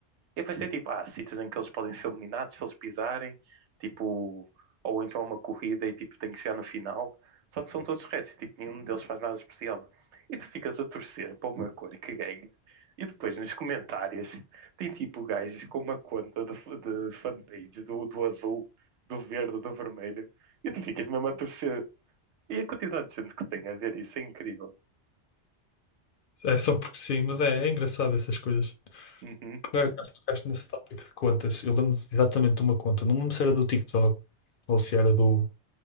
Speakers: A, on the right; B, on the left.
A: eu pensei, tipo, há sítios em que eles podem ser eliminados se eles pisarem, tipo, ou então é uma corrida e, tipo, tem que chegar no final. Só que são todos retos, tipo, nenhum deles faz nada especial. E tu ficas a torcer para uma cor que ganhe. E depois, nos comentários, tem, tipo, gajos com uma conta de, de fanpage do, do azul, do verde, do vermelho. E tu ficas mesmo a torcer. E a quantidade de gente que tem a ver isso é incrível.
B: É só porque sim, mas é, é engraçado essas coisas.
A: Uhum.
B: Por
A: <laughs>
B: acaso tocaste nesse tópico de contas. Eu lembro exatamente de uma conta. Não me lembro se era do TikTok ou se era do,